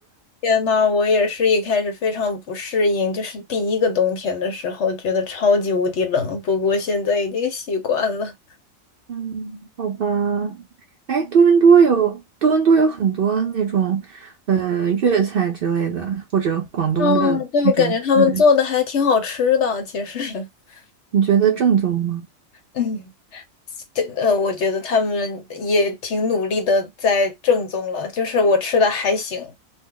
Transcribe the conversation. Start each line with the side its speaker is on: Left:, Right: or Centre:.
Left: 天呐，我也是一开始非常不适应，就是第一个冬天的时候，觉得超级无敌冷，不过现在已经习惯了。
Right: <laughs> 嗯，好吧。哎，多伦多有多伦多有很多那种呃粤菜之类的，或者广东的那种菜，
Left: 嗯，对，我感觉他们做的还挺好吃的，其实。<laughs>
Right: 你觉得正宗吗？
Left: 嗯，对，呃，我觉得他们也挺努力的在正宗了，就是我吃的还行，